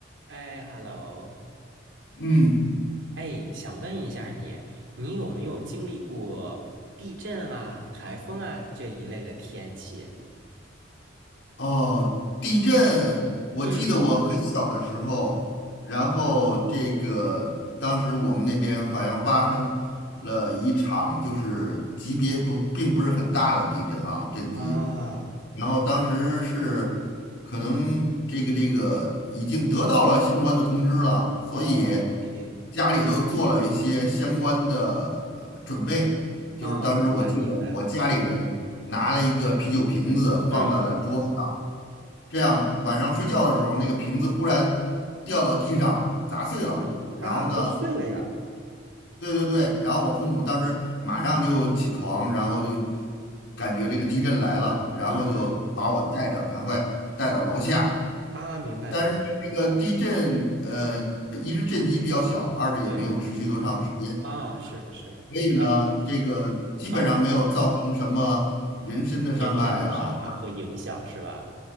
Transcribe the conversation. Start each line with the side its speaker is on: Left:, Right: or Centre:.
Right: 哎，hello，
Left: 嗯，
Right: 哎，想问一下你，你有没有经历过地震啊、台风啊这一类的天气？
Left: 哦，地震，我记得我很小的时候，
Right: 嗯，
Left: 然后这个当时我们那边好像发生了一场，就是级别不并不是很大的地震啊，震级。
Right: 啊，
Left: 然后当时是可能这个这个已经得到了相关的通知了，所以
Right: 哦，OK，
Left: 家里都做了一些相关的呃准备。
Right: 哦，
Left: 就是当时我记得我家里人拿了一个啤酒瓶子放在了桌子上，
Right: 明白明白，嗯
Left: 这样晚上睡觉的时候，那个瓶子忽然掉到地上砸碎了，
Right: 嗯，
Left: 然后呢。
Right: 啊，都碎了呀，
Left: 对对对，然后我父母当时马上就起床，然后就感觉这个地震来了，然后就把我带着赶快带到楼下。
Right: 嗯嗯，啊，明白明白
Left: 但是呢，这个地震，呃，一是震级比较小，二是也没有持续多长时间，
Right: 对对，啊，是的，是的，
Left: 所以呢，
Right: 哎，
Left: 这个基本上没有造成什么人身的伤害啊。
Right: 啊，延伸的伤害和影响是吧？